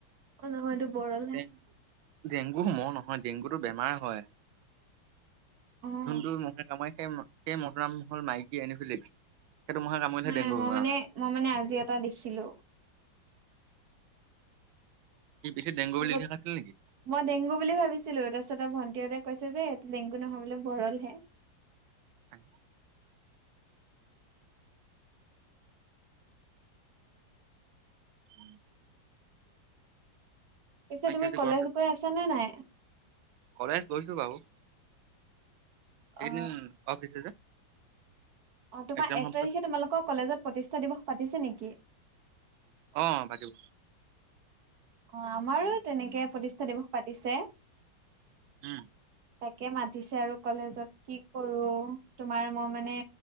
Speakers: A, on the right; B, on the right.
A: অ', নহয় এইটো বৰল
B: ডেংগু
A: হে।
B: ডেংগু মহ নহয় ডেংগুটো বেমাৰ হয়।
A: অ'।
B: জোনটো মহে কামোৰে সেই মহ সেই মহটোৰ নাম হ'ল মাইকী এনিফিলিক্স সেইটো মহে কামুৰিলেহে
A: নাই
B: ডেংগু
A: মই
B: বেমাৰ
A: মানে,
B: হয়।
A: মই মানে আজি এটা দেখিলো।
B: কি পিঠিত ডেংগু
A: তাৰপিছত
B: বুলি লিখি ৰখা আছিল নেকি।
A: মই ডেংগু বুলি ভাবিছিলো তাৰপিছতে ভণ্টিহঁতে কৈছে যে এইটো ডেংগু নহয় বোলে বৰল হে।
B: <inaudible> <inaudible>
A: পিছে
B: বাকী
A: তুমি
B: আজি
A: কলেজ
B: গৰম
A: গৈ আছা নে নাই?
B: কলেজ গৈছোঁ বাৰু।
A: অ
B: এইকেইদিন অফ দিছে যে।
A: অ' তোমাৰ
B: একজাম
A: এক
B: হোৱাৰ
A: তাৰিখে
B: পিছত
A: তোমালোকৰ কলেজত প্ৰতিষ্ঠা দিৱস পাতিছে নেকি?
B: অ', পাতিব
A: অ, আমাৰো তেনেকে প্ৰতিষ্ঠা দিৱস পাতিছে।
B: উম।
A: তাকে মাতিছে আৰু কলেজত কি কৰোঁ, তোমাৰ মই মানে